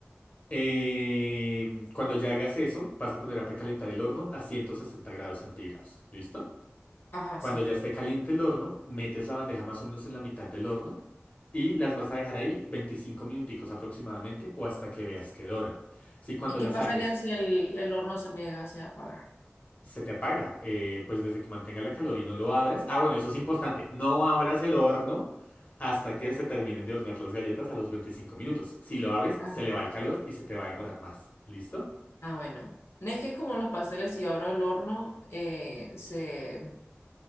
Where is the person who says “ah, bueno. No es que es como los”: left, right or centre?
Left